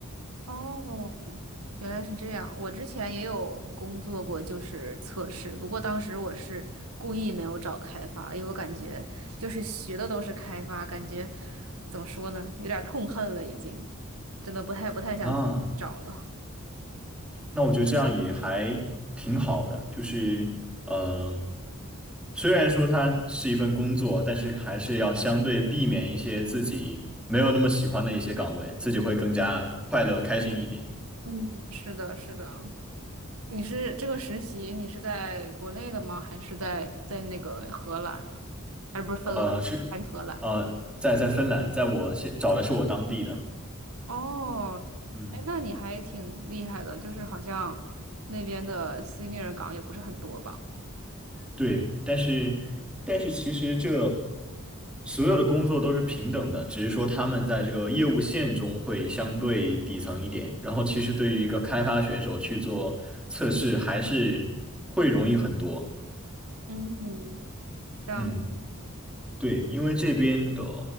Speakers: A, on the right; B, in the centre.
A: 哦，原来是这样，我之前也有工作过，就是测试。不过当时我是故意没有找开发，因为我感觉就是学的都是开发，感觉怎么说呢，有点儿痛恨了，已经，真的不太不太想找了。
B: 啊。那我觉得这样也还挺好的，就是嗯，虽然说它是一份工作，但是还是要相对避免一些自己没有那么喜欢的一些岗位，自己会更加快乐开心一点。
A: 嗯，是的，是的。你是这个实习，你是在国内的吗？还是在在那个荷兰呀？还是不是芬兰？
B: 呃，是
A: 还是荷兰？
B: 呃，在在芬兰，在我现找的是我当地的。
A: 哦，
B: 嗯。
A: 哎，那你还挺厉害的，就是好像那边的 senior 岗也不是很多吧？
B: 对，但是但是其实这所有的工作都是平等的，只是说他们在这个业务线中会相对底层一点。然后其实对于一个开发选手去做测试，还是会容易很多。
A: 嗯，这样
B: 嗯，对，因为这边的